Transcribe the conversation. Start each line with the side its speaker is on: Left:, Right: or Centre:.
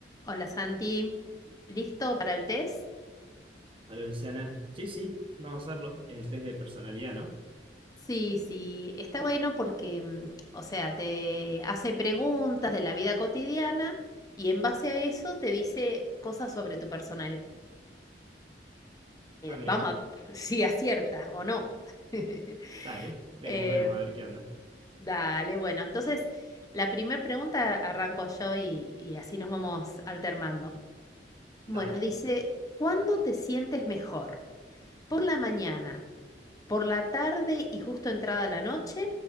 Left: Hola Santi, ¿listo para el test?
Right: Hola Luciana. Sí, sí, vamos a hacerlo. El test de personalidad, ¿no?
Left: Sí, sí, está bueno porque, mm, o sea, te hace preguntas de la vida cotidiana y en base a eso te dice cosas sobre tu personalidad.
Right: Ah, mira,
Left: Vamos a ver <laughs> si aciertas o no. <laughs>
Right: dale, vemos,
Left: Eh,
Right: vemos, a ver qué onda.
Left: dale, bueno, entonces la primera pregunta arranco yo y, y así nos vamos alternando. Bueno,
Right: Dale.
Left: dice, ¿cuándo te sientes mejor? ¿Por la mañana? por la tarde y justo entrada la noche